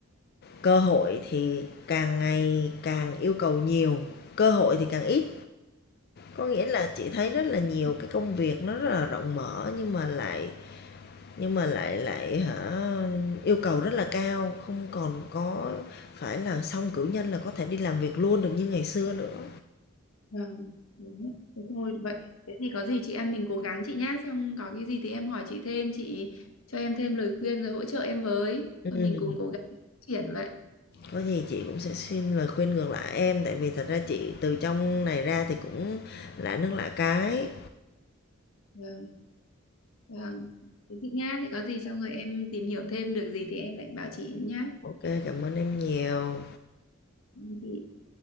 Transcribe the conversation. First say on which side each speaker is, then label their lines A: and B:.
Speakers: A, on the left; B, on the left.
A: cơ hội thì càng ngày càng yêu cầu nhiều, cơ hội thì càng ít. Có nghĩa là chị thấy rất là nhiều cái công việc nó rất là rộng mở nhưng mà lại nhưng mà lại lại hả yêu cầu rất là cao không còn có phải là xong cử nhân là có thể đi làm việc luôn được như ngày xưa nữa.
B: Vâng, đúng đấy. Thế thôi vậy. Thế thì có gì chị em mình cố gắng chị nhá, xem có cái gì thì em hỏi chị thêm, chị cho em thêm lời khuyên rồi hỗ trợ em với.
A: Ừm,
B: Thôi mình cùng cố gắng phát triển vậy.
A: có gì chị cũng sẽ xin lời khuyên ngược lại em, tại vì thật ra chị từ trong này ra thì cũng lạ nước lạ cái.
B: Vâng, vâng. Thế chị nhá, thì có gì xong rồi em tìm hiểu thêm được gì thì em lại bảo chị nhá.
A: ok cảm ơn em nhiều.
B: Chị